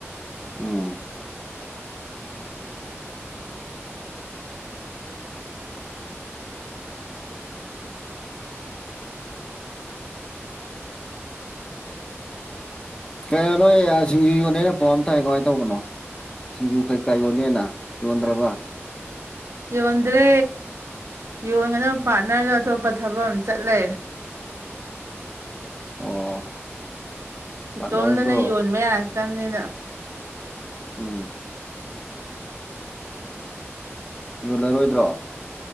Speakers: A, on the left; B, on the right.
A: ꯎꯝ ꯀꯦ ꯅꯣꯏ ꯑ ꯁꯤꯡꯖꯨ ꯌꯣꯟꯅꯦꯅ ꯄꯥꯎ ꯑꯝ ꯇꯥꯏ ꯀꯃꯥꯏ ꯇꯧꯕꯅꯣ ꯁꯤꯡꯖꯨ ꯀꯩꯀꯥ ꯌꯣꯟꯅꯦꯅ ꯌꯣꯟꯗ꯭ꯔꯕ
B: ꯌꯣꯟꯗ꯭ꯔꯦ ꯌꯣꯟꯒꯗꯕ ꯄꯥꯔꯠꯅꯔꯗꯣ ꯑꯇꯣꯞꯄ ꯊꯕꯛ ꯑꯝ ꯆꯠ ꯂꯩꯔꯦ
A: ꯑꯣ ꯄꯥꯔꯠꯅꯔꯗꯣ
B: ꯏꯇꯣꯝꯗꯅ ꯌꯣꯟꯕ ꯌꯥꯔꯛꯇꯝꯅꯤꯅ
A: ꯎꯝ ꯌꯣꯜꯂꯔꯣꯏꯗ꯭ꯔꯣ